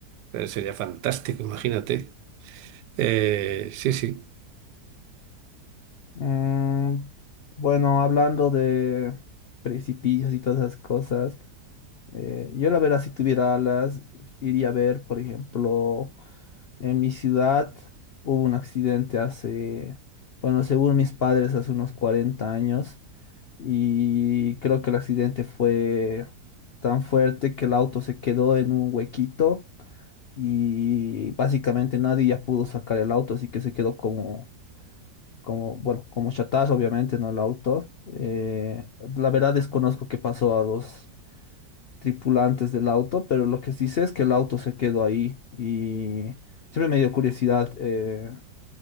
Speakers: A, on the right (about 80°); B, on the left (about 90°).
A: eh, sería fantástico, imagínate. Eh, sí, sí,
B: Mm, bueno, hablando de precipicios y todas esas cosas, eh, yo la verdad si tuviera alas iría a ver, por ejemplo, en mi ciudad hubo un accidente hace, bueno, según mis padres, hace unos cuarenta años y creo que el accidente fue tan fuerte que el auto se quedó en un huequito y básicamente nadie ya pudo sacar el auto, así que se quedó como, como, bueno, como chatarra, obviamente, ¿no? El auto. Eh, la verdad desconozco qué pasó a los tripulantes del auto, pero lo que sí sé es que el auto se quedó ahí y siempre me dio curiosidad. eh,